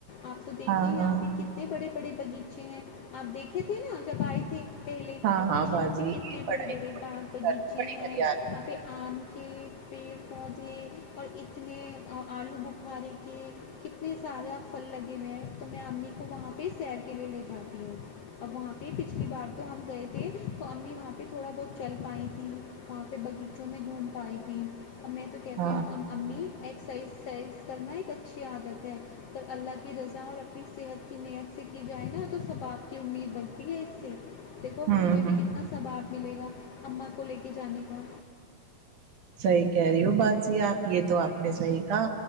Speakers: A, on the left; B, on the right.
A: آپ تو دیکھیے
B: ہاں
A: یہاں
B: ہاں
A: پہ ک کتنے بڑے بڑے بغیچے ہیں آپ دیکھے تھے نا جب آئے تھے پہلے
B: ہاں ہاں
A: یہاں
B: بازی
A: پہ کتنے
B: پڑھائی
A: بڑے بڑے باغ باغیچے
B: بڑی
A: ہیں
B: ہریال
A: یہاں پہ آم کے پیڑ پودے اور اتنے آلو ب قارے کے کتنے سارا پھل لگے ہوئے ہیں تو میں امی کو وہاں پہ سیر کے لیے لے جاتی ہے اب وہاں پہ پچھلی بار تو ہم گئے تھے تو امی وہاں پہ تھوڑا بہت چل پائیں تھیں وہاں پہ باغیچوں میں گھوم پائیں تھیں اور میں تو کہتی
B: ہاں
A: ہوں ام امی ایکسرسائز کرنا ایک اچھی عادت ہے اور اللہ کی رضا اور اپنی صحت کی نیت سے کی جائے نا تو ثواب کی امید بنتی ہے اس سے دیکھو
B: ہوں
A: مجھے بھی
B: ہوں
A: کتنا ثواب ملے گا اماں کو لے کے جانے کا
B: صحیح کہہ رہی ہو باجی آپ یہ تو آپ نے صحیح کہا